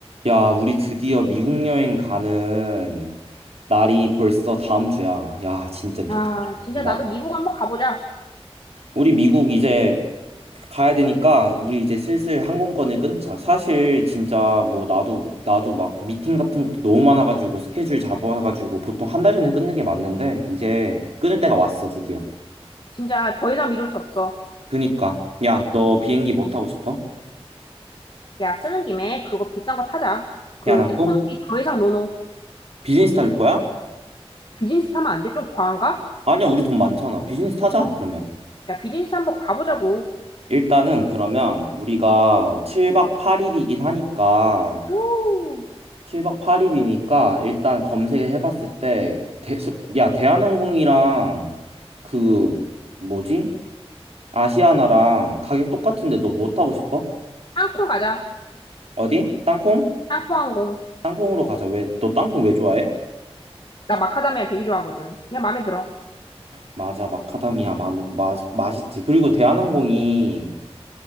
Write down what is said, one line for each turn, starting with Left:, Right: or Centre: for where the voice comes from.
Right: 야, 우리 드디어 미국 여행 가는 날이 벌써 다음 주야. 야, 진짜 믿긴다.
Left: 아, 진짜 나도 미국 한번 가보자.
Right: 우리 미국 이제 가야 되니까 우리 이제 슬슬 항공권을 끊자. 사실 진짜 뭐 나도 나도 막 미팅 같은 것도 너무 많아가지고 스케줄 잡아가지고 보통 한 달 전에 끊는 게 맞는데 이제 끊을 때가 왔어, 드디어.
Left: 진짜 더 이상 미룰 수 없어.
Right: 그니까 야, 너 비행기 뭐 타고 싶어?
Left: 야, 쓰는 김에 그거 비싼 거 타자. 그
Right: 대한항공?
Left: 이코노미 더 이상 노노.
Right: 비즈니스 탈 거야?
Left: 비즈니스 타면 안 돼? 좀 과한가?
Right: 아니야, 우리 돈 많잖아. 비즈니스 타자, 그러면.
Left: 야, 비즈니스 한번 가보자고.
Right: 일단은 그러면 우리가 7박 8일이긴 하니까
Left: 오,
Right: 7박 8일이니까 일단 검색을 해봤을 때 대, 야 대한항공이랑 그 뭐지? 아시아나랑 가격 똑같은데 너 뭐 타고 싶어?
Left: 항콩 가자.
Right: 어디? 땅콩?
Left: 땅콩 항공
Right: 땅콩으로 가자. 왜 너 땅콩 왜 좋아해?
Left: 나 마카다미아 되게 좋아하거든. 그냥 마음에 들어.
Right: 맞아 마카다미아 마, 마, 맛있지. 그리고 대한항공이